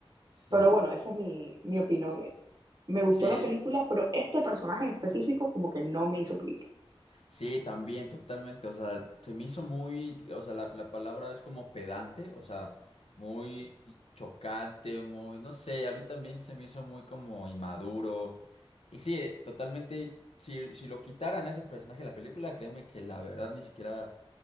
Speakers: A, on the left; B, on the right.
A: Sí,
B: Pero bueno, esa es mi, mi opinión. Me gustó
A: sí,
B: la película, pero este personaje en específico como que no me hizo clic.
A: Sí, también, totalmente. O sea, se me hizo muy, o sea, la, la palabra es como pedante, o sea, muy chocante, muy, no sé, a mí también se me hizo muy como inmaduro. Y sí, eh, totalmente, si, si lo quitaran a ese personaje de la película, créeme que la verdad ni siquiera,